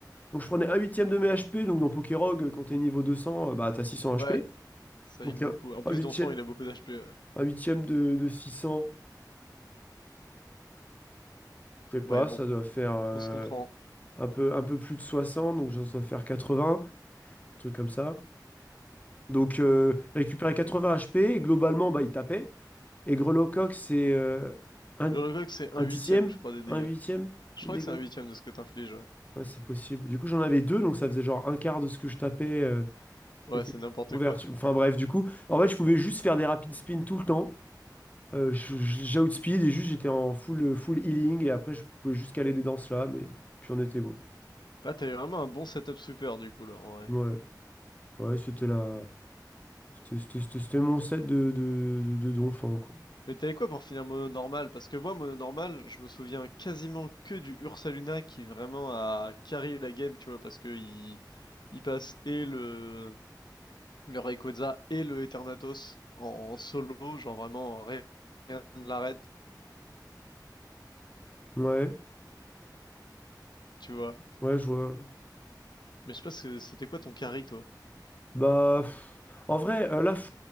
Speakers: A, on the left; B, on the left.
A: Donc, je prenais un huitième de mes HP. Donc, dans pokérog quand t'es niveau 200, euh, bah, t'as 600 HP.
B: Ouais, ça
A: Donc,
B: heal beaucoup.
A: euh,
B: En plus
A: un huitième,
B: d'enfant, il a beaucoup d'HP.
A: un huitième de, de 600. Je sais pas,
B: Ouais, bon,
A: ça doit faire euh,
B: on se comprend.
A: un peu, un peu plus de 60 donc ça doit faire 80, un truc comme ça. Donc euh, il récupérait 80 HP et globalement, bah, il tapait. Et Grelot-Coq, c'est euh, un,
B: Gurlugok, c'est
A: un
B: un huitième,
A: dixième,
B: je crois, des dégâts.
A: un huitième
B: Je
A: de
B: crois
A: dégâts.
B: que c'est un huitième de ce que t'infliges, ouais.
A: Ouais, c'est possible. Du coup, j'en avais deux, donc ça faisait genre un quart de ce que je tapais euh,
B: Ouais,
A: était
B: c'est n'importe
A: couverture.
B: quoi. <laughs>
A: Enfin bref, du coup, en fait, je pouvais juste faire des rapid spins tout le temps. Euh, je- je- j'outspeed et juste j'étais en full, full healing et après, je pouvais juste caler des danses là, mais puis on était bon.
B: Là, t'avais vraiment un bon setup sweeper, du coup, là, en vrai.
A: Ouais. Ouais, c'était la... c'était c'était- c'était- c'était mon set de, de, de, de d'enfant, quoi.
B: Mais t'avais quoi pour finir mono normal? Parce que moi, mono normal, je me souviens quasiment que du Ursaluna qui vraiment a carry la game, tu vois, parce que il, il passe et le, le Rayquaza et le Eternatus en solo, genre vraiment rien rien ne l'arrête,
A: Ouais,
B: tu vois.
A: ouais, je vois.
B: Mais je sais pas, c'est- c'était quoi ton carry, toi?
A: Bah, pff, en vrai, euh, là, f-